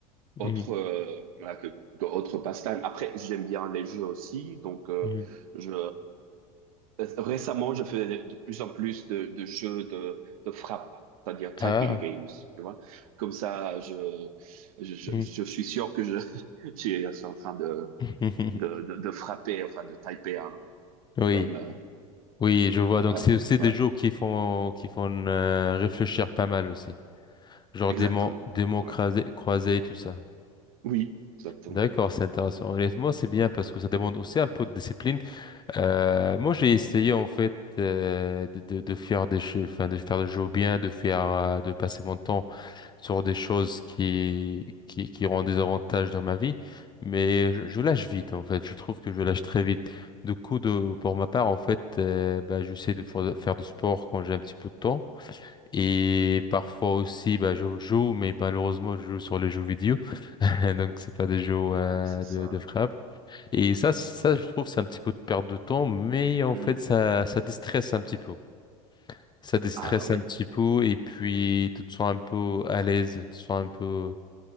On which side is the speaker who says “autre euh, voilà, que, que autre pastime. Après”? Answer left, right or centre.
Right